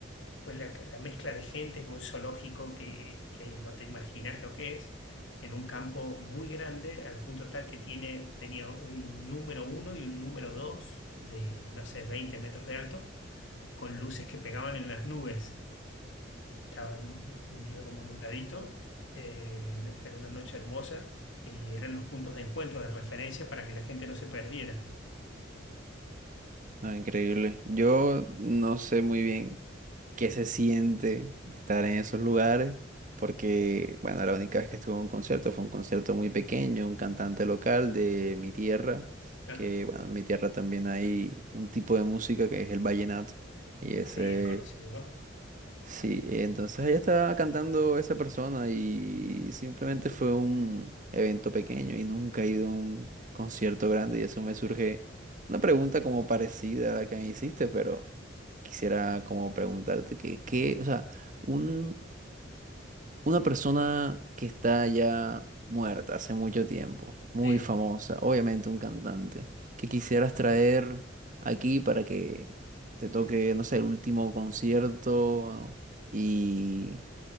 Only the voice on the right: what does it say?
No, increíble. Yo no sé muy bien qué se siente estar en esos lugares, porque, bueno, la única vez que estuve en un concierto fue un concierto muy pequeño, un cantante local de mi tierra,
que, bueno, en mi tierra también hay un tipo de música que es el vallenato, y ese
Sí, eh, entonces ella estaba cantando esa persona y simplemente fue un evento pequeño y nunca he ido a un concierto grande y eso me surge una pregunta como parecida a la que me hiciste, pero quisiera como preguntarte que, qué, o sea, un una persona que está ya muerta hace mucho tiempo, muy
famosa, obviamente un cantante, que quisieras traer aquí para que te toque, no sé, el último concierto y,